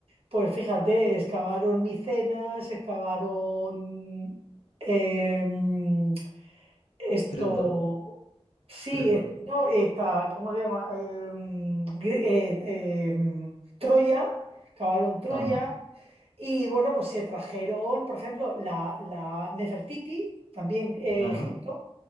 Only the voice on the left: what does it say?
Creta,
Creta.
Ajá,
ajá.